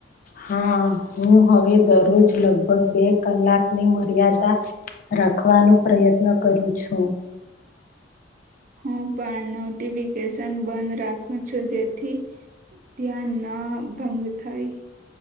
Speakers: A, on the left; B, on the right.
A: હા હું હવે દરરોજ લગભગ બે કલાકની મર્યાદા રાખવાનો પ્રયત્ન કરું છું.
B: હું પણ નોટિફિકેશન બંધ રાખું છું જેથી ત્યાં ના ભંગ થાઈ